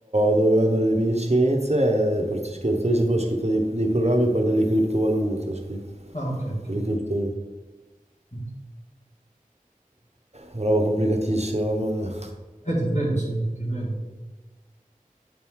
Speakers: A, on the right; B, on the left.
A: dove vendo le mie licenze, eh, per scrittrice poi ho scritto dei, dei programmi per delle criptovalute, ho scritto,
B: Ah, ok, ok.
A: per le criptovalute.
B: ok. Eh,
A: Roba complicatissima, mamma mia.
B: ti credo, sì, ti credo.